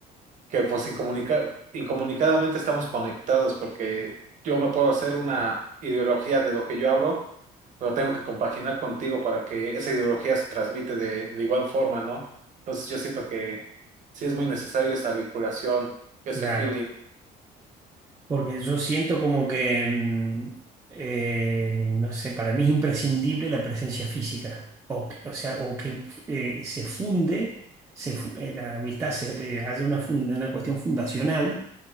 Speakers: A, on the right; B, on the right.
A: que pues incomunica- incomunicadamente estamos conectados, porque yo me puedo hacer una ideología de lo que yo abro, pero tengo que compaginar contigo para que esa ideología se transmite de, de igual forma, ¿no? Entonces yo siento que sí es muy necesaria esa vinculación, ese
B: claro.
A: feeling.
B: Porque yo siento como que, mm, eh, no sé, para mí es imprescindible la presencia física. O, que- o sea, o que eh, se funde, se, fu- eh, la amistad se eh, hace una, funda- una cuestión fundacional,